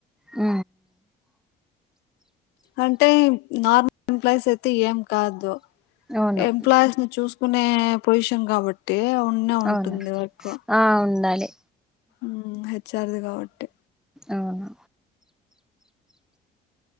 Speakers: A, in the centre; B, on the left (about 85°).
A: ఊ
B: అంటే నార్మల్ ఎంప్లాయీస్ అయితే ఏం కాదు
A: అవును
B: ఎంప్లాయీస్ ని చూసుకునే పొజిషన్ కాబ అంటే ఉన్నే ఉంటుంది
A: అవును
B: వర్క్
A: ఆ ఉండాలి
B: మ్ హెచ్ ఆర్ ది కాబట్టి
A: అవును